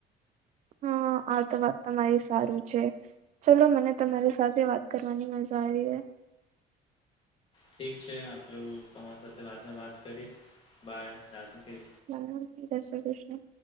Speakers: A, on the right (about 40°); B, on the left (about 35°).
A: હા આ તો વાત તમારી સારું છે ચલો મને તમારી સાથે વાત કરવાની મજા આવી ર હ
B: ઠીક છે આપણે તમારી સાથે વાતને વાત કરીશ બાય <unintelligible>
A: <unintelligible> જય શ્રી કૃષ્ણ